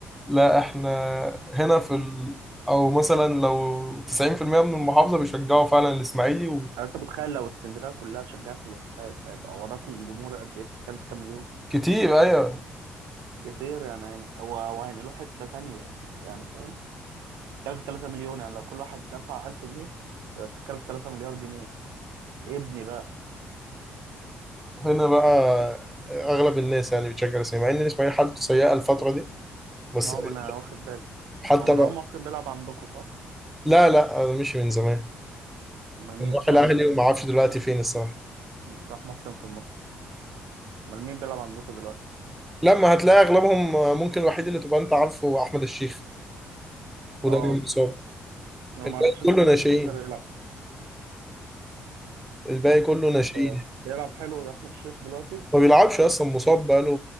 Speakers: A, in the centre; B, on the right (about 75°).
A: لا احنا هنا في ال... او مثلا لو 90% من المحافظة بيشجعوا فعلا الاسماعيلي
B: انت متخيل لو اسكندريه كلها شجعت الاتحاد هيبقى وراكم جمهور قد ايه بتتكلم في كام مليون
A: وكتير ايوه
B: كتير يعني يعني- و- وهينقلوه حته تانية يعني فاهم بتتكلم في 3 مليون يعني لو كل واحد دفع 1000 جنيه يبقى بتتكلم في 3 مليار جنيه إيه ابني بقى
A: هنا بقى اغلب الناس يعني بتشجع الاسماعيلي مع ان الاسماعيلي حالته سيئة الفترة دي بس
B: نعم انا
A: يعني
B: واخد بالي
A: حتى
B: هو مروان
A: بقى
B: محسن بيلعب عندكم صح
A: لا لا انا مشي من زمان
B: امال مين
A: راح
B: صلاح
A: الاهلي
B: محسن
A: وما اعرفش دلوقتي فين الصراحة
B: صلاح محسن في المصري امال مين بيلعب عندكم دلوقتي
A: لما هتلاقي اغلبهم ممكن الوحيد اللي تبقى انت عارفه هو احمد الشيخ وده
B: اه
A: اللي مصاب
B: انا
A: الباقي
B: ما اعرفش ان
A: كله
B: احمد
A: ناشئين
B: الشيخ لسه بيلعب
A: الباقي كله ناشئين
B: طب بيلعب حلو احمد الشيخ دلوقتي
A: ما بيلعبش اصلا مصاب بقاله